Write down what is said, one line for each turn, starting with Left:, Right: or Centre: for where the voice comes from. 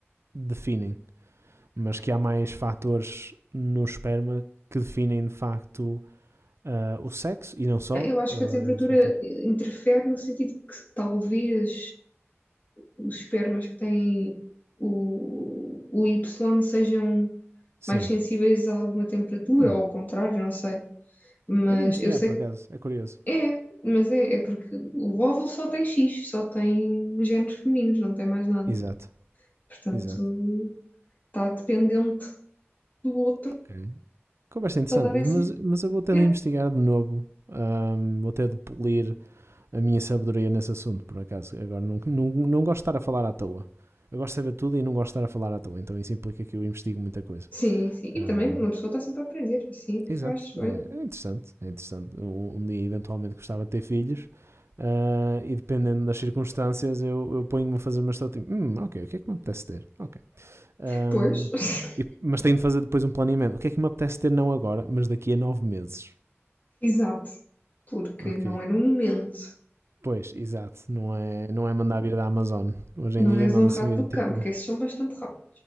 Right: definem, mas que há mais fatores no esperma que definem de facto ah, o sexo e não só
Left: Eu acho
Right: ah,
Left: que a temperatura
Right: esses fatores.
Left: eh, interfere no sentido que talvez os espermas que têm o, o Y sejam
Right: Sim.
Left: mais sensíveis a alguma temperatura,
Right: Hum,
Left: ou ao contrário, não sei. Mas
Right: é de investigar,
Left: eu sei
Right: por acaso.
Left: que
Right: É curioso.
Left: é, mas é, é porque o óvulo só tem X, só tem genes femininos, não tem mais nada.
Right: Exato,
Left: Portanto,
Right: exato.
Left: está dependente do outro
Right: Ok. Conversa interessante,
Left: para dar
Right: mas,
Left: essa.
Right: mas eu vou tendo
Left: É.
Right: a investigar de novo. Ahm, vou ter de polir a minha sabedoria nesse assunto, por acaso. Agora, não, não, não gosto de estar a falar à toa. Eu gosto de saber tudo e não gosto de estar a falar à toa, então isso implica que eu investigo muita coisa.
Left: Sim, sim.
Right: Ahm,
Left: E também uma pessoa está sempre a aprender, assim é que
Right: Exato,
Left: faz
Right: e
Left: bem.
Right: é é interessante, é interessante. Um, um dia eventualmente gostava de ter filhos ah, e dependendo das circunstâncias eu, eu ponho-me a fazer uma estratégia. Tipo, hum, ok, o que é que me apetece ter? Ok. Ahm,
Left: <laughs> Pois.
Right: e- mas tenho de fazer depois um planeamento. O que é que me apetece ter não agora, mas daqui a nove meses?
Left: Exato, porque
Right: Ok.
Left: não é no momento,
Right: Pois, exato. Não é, não é mandar vir da Amazon. Hoje
Left: não
Right: em dia
Left: és
Right: manda-se
Left: um rato
Right: vir
Left: do
Right: tipo.
Left: campo, porque esses são bastante rápidos.